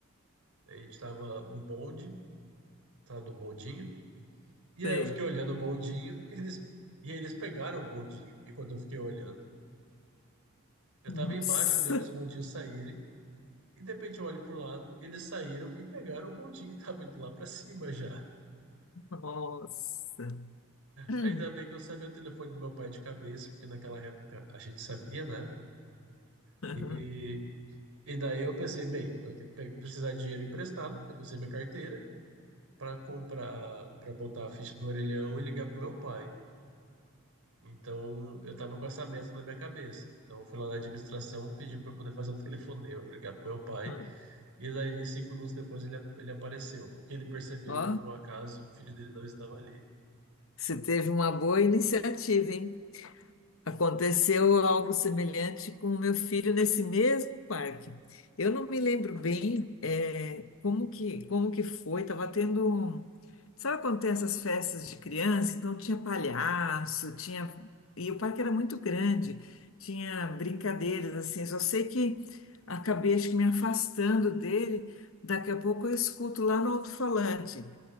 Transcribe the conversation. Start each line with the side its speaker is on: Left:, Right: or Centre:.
Right: a gente tava no bonde, tava no bondinho. E
Left: Sei.
Right: aí eu fiquei olhando o bondinho e eles, e eles pegaram o bondinho. E quando eu fiquei olhando, eu
Left: Nossa.
Right: tava embaixo olhando os bondinhos saírem. E de repente eu olho pro lado, eles saíram e pegaram o bondinho e estavam <laughs> indo lá pra cima já.
Left: Nossa. Hum,
Right: Ainda bem que eu sabia o telefone do meu pai de cabeça, porque naquela época a gente sabia, né?
Left: aham,
Right: E, e daí eu pensei, bem, eu tenho que pe- precisar de dinheiro emprestado, porque eu não sei minha carteira, pra comprar, pra botar a ficha do orelhão e ligar pro meu pai. Então eu tava com essa meta na minha cabeça. Então eu fui lá na administração, pedi pra poder fazer um <laughs> telefonema, pra ligar pro meu pai
Left: hum.
Right: E daí, cinco minutos depois, ele, ele apareceu. Porque ele percebeu
Left: Ó,
Right: que, por um acaso, o filho dele não estava ali.
Left: você teve uma boa iniciativa, hein? Aconteceu algo semelhante com o meu filho nesse mesmo parque. Eu não me lembro bem eh, como que, como que foi. Estava tendo um... Sabe quando tem essas festas de criança? Então tinha palhaço, tinha... E o parque era muito grande. Tinha brincadeiras, assim. Só sei que acabei, acho que me afastando dele. Daqui a pouco eu escuto lá no alto-falante.